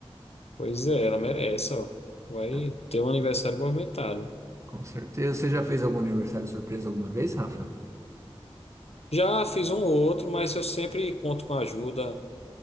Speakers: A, on the left; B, on the right.
A: Pois é, ela merece, ó. Vai
B: Ah,
A: ter um aniversário movimentado.
B: com certeza. Você já fez algum aniversário surpresa alguma vez, Rafa?
A: Já fiz um ou outro, mas eu sempre conto com a ajuda,